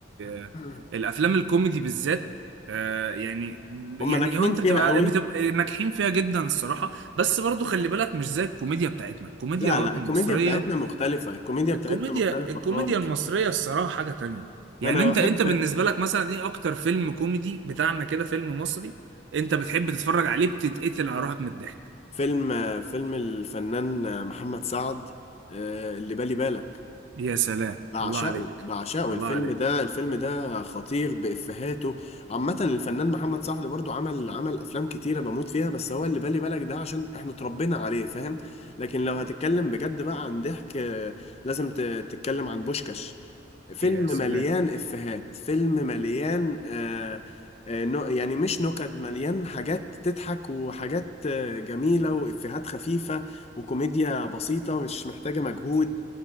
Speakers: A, on the left; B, on the right.
A: <clears throat>
B: آه، الافلام الكوميدي بالذات آه، يعني
A: هم
B: يعني
A: ناجحين
B: هو انت
A: فيها
B: بتبقى
A: قوي
B: بتبقى ناجحين فيها جدا الصراحه بس برضه خلي بالك مش زي الكوميديا بتاعتنا الكوميديا
A: لا
B: برضه
A: لا الكوميديا
B: المصريه
A: بتاعتنا مختلفة الكوميديا
B: الكوميديا
A: بتاعتنا مختلفة
B: الكوميديا
A: خالص
B: المصرية الصراحة حاجة تانية يعني
A: أنا
B: انت
A: بحب
B: انت بالنسبة لك مثلا ايه اكتر فيلم كوميدي بتاعنا كده فيلم مصري انت بتحب تتفرج عليه بتتقتل على روحك من الضحك
A: فيلم آه، فيلم الفنان آه، محمد سعد آه، اللي بالي بالك
B: يا سلام
A: بعشقه
B: الله عليك
A: بعشقه
B: الله
A: الفيلم
B: عليك
A: ده الفيلم ده خطير بإفهاته عامة الفنان محمد سعد برضو عمل عمل أفلام كتيرة بموت فيها بس هو اللي بالي بالك ده عشان احنا اتربينا عليه فاهم لكن لو هتتكلم بجد بقى عن ضحك آه، لازم ت- تتكلم عن بوشكاش فيلم
B: يا سلام
A: مليان إفيهات فيلم مليان آه آه نو يعني مش نكد مليان حاجات تضحك وحاجات آه جميلة وإفيهات خفيفة وكوميديا بسيطة مش محتاجة مجهود